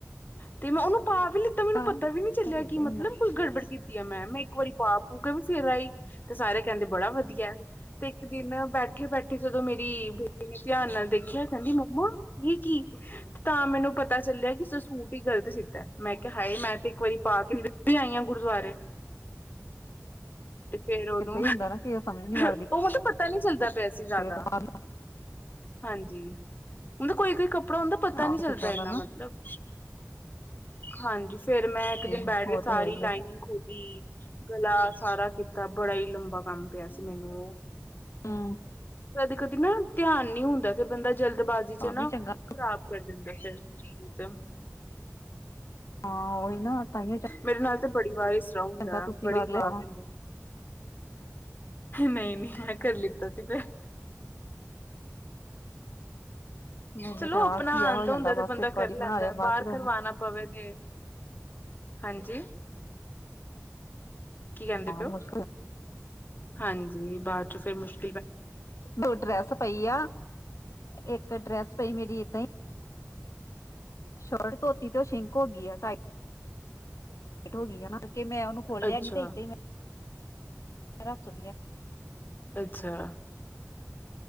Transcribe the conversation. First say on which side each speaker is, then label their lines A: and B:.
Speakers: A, on the left (about 35°); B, on the left (about 65°).
A: ਤੇ ਮੈਂ ਉਹਨੂੰ ਪਾ ਵੀ ਲਿੱ, ਤਾਂ ਮੈਨੂੰ
B: ਹਾਂ
A: ਪਤਾ ਵੀ ਨੀ ਚੱਲਿਆ
B: ਹਮ ਏਦਾਂ
A: ਕਿ ਮਤਲਬ ਕੋਈ ਗੜਬੜ ਕੀਤੀ ਹੈ ਮੈਂ ਮੈਂ, ਇੱਕ ਵਾਰੀ ਪਾ ਪੂ ਕੇ ਵੀ ਫਿਰ ਆਈ ਤੇ ਸਾਰੇ ਕਹਿੰਦੇ ਬੜਾ ਵਧੀਆ। ਤੇ ਇੱਕ ਦਿਨ ਬੈਠੇ ਬੈਠੇ, ਜਦੋਂ ਮੇਰੀ ਬੇਟੀ ਨੇ ਧਿਆਨ ਨਾਲ ਦੇਖਿਆ ਕਹਿੰਦੀ ਮੰਮਾ! ਇਹ ਕੀ, ਤਾਂ ਮੈਨੂੰ ਪਤਾ ਚੱਲਿਆ ਕਿ ਸੂਟ ਹੀ ਗ਼ਲਤ ਸੀਤਾ ਮੈਂ ਕਿਹਾ ਹਾਏ ਮੈਂ ਤੇ ਇੱਕ ਵਾਰੀ ਪਾ ਕੇ! ਹੁਣੀ ਆਈ ਆ ਗੁਰਦੁਆਰੇ, ਤੇ ਫੇਰ ਉਹਨੂੰ
B: ਹੀ ਹੁੰਦਾ ਨਾ ਕਿ ਸਮਝ ਨੀ ਲੱਗਦੀ
A: ਉਹ ਤਾਂ ਪਤਾ ਨੀ ਚੱਲਦਾ ਪਿਆ ਸੀ ਜ਼ਿਆਦਾ,
B: ਕਿ ਦਿਮਾਗ
A: ਹਾਂਜੀ, ਹੁੰਦਾ ਕੋਈ ਕੋਈ ਕੱਪੜਾ ਹੁੰਦਾ ਪਤਾ
B: ਹਾਂ
A: ਨੀ ਚੱਲਦਾ
B: ਸੂਟਾਂ
A: ਐਨਾ
B: ਦਾ ਨਾ
A: ਮਤਲਬ, ਹਾਂਜੀ, ਫੇਰ ਮੈਂ ਇੱਕ
B: ਜੀ
A: ਦਿਨ ਬੈਠ ਕੇ
B: ਉਹ
A: ਸਾਰੀ
B: ਤੇ ਹੈ ਹੀ
A: ਲਾਈਨਿੰਗ
B: ਆ
A: ਖੋਲੀ ਗਲਾ ਸਾਰਾ ਕੀਤਾ ਬੜਾ ਈ ਲੰਬਾ ਕੰਮ ਪਿਆ ਸੀ ਮੈਨੂੰ ਓ,
B: ਹੂੰ
A: ਕਦੀ ਕਦੀ ਨਾ ਧਿਆਨ ਨੀ ਹੁੰਦਾ ਤੇ ਬੰਦਾ ਜਲਦਬਾਜ਼ੀ, ਚ
B: ਆ
A: ਨਾ
B: ਵੀ ਚੰਗਾ
A: ਖ਼ਰਾਬ ਕਰ ਦਿੰਦਾ ਫਿਰ ਚੀਜ਼,
B: ਹਾਂ, ਉਹੀ ਨਾ ਤਾਂਹੀਓ,
A: ਮੇਰੇ ਨਾਲ ਤੇ ਬੜੀ ਵਾਰ ਇਸ ਤਰ੍ਹਾਂ ਹੁੰਦਾ
B: ਚੰਗਾ ਤੁਸੀਂ
A: ਬੜੀ
B: ਕਰ
A: ਵਾਰ
B: ਲਿਆ
A: ਹੁੰਦਾ, ਨਹੀਂ ਨਹੀਂ, ਮੈਂ ਕਰ ਲਿੱਤਾ ਸੀ ਫਿਰ,
B: ਮੈਨੂੰ
A: ਚਲੋ
B: ਤੇ
A: ਆਪਣਾ
B: ਆਲਸ ਜਿਹਾ
A: ਆਂਦਾ
B: ਹੋ ਜਾਂਦਾ
A: ਹੁੰਦਾ ਤੇ
B: ਬਸ
A: ਬੰਦਾ
B: ਇੱਕ ਵਾਰੀ
A: ਕਰ ਲੈਂਦਾ
B: ਬਣਾ ਲਿਆ ਬਾਅਦ
A: ਬਾਰ
B: ਚ ਤੈਨੂੰ
A: ਕਰਵਾਣਾ ਪਵੇ ਤੇ, ਹਾਂਜੀ, ਕੀ ਕਹਿੰਦੇ
B: ਹਾਂ
A: ਪਏ
B: ਮੁਸ਼ਕਿਲ
A: ਓ ਹਾਂਜੀ ਬਾਚੋ ਫਿਰ ਮੁਸ਼ਕ
B: ਦੋ ਡਰੈਸ ਪਈ ਆ ਇੱਕ ਡਰੈਸ ਪਈ ਮੇਰੀ ਏਦਾਂ ਈ। ਸ਼ਰਟ ਧੋਤੀ ਤੋਂ ਸ਼ਿੰਕ ਹੋਗੀ ਆ ਟਾਇਟ ਹੋਗੀ ਆ ਨਾ ਕਿਉਂਕਿ ਮੈਂ ਉਹਨੂੰ ਖੋਲਿਆ
A: ਅੱਛਾ
B: ਨੀ ਤੇ ਏਦਾਂ ਈ ਮੈਂ ਰਾਤ ਸੁ
A: ਅੱਛਾ।